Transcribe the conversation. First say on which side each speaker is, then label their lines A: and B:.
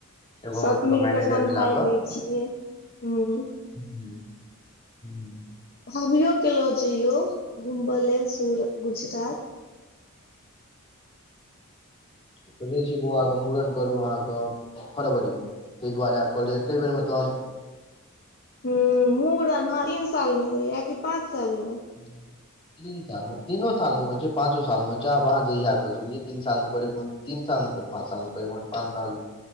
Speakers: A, on the left; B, on the left.
A: एगो
B: सब
A: हमर सबके
B: मिल
A: मैनेजर
B: क समभाइल
A: मिला
B: लै छियै ह्म
A: हं हं
B: भाभियो के लो जइयो घुमबऽ लेल सुरत गुजरात
A: सोचै छी बौआके मूड़न करू अहाँके फरवरी मे तइ दुआरे आब कहलियै एके बेर मे तहन
B: हँ मुड़न ह तीन साल मे होइय कि पाँच साल मे
A: <inaudible> तीन सालमे तीनो सालमे होइ छै पाँचो सालमे होइ छै आब अहाँ जहिया क सकै छी तीन सालमे करैके मून तीन साल नइ त पाँच सालमे कह पाँच साल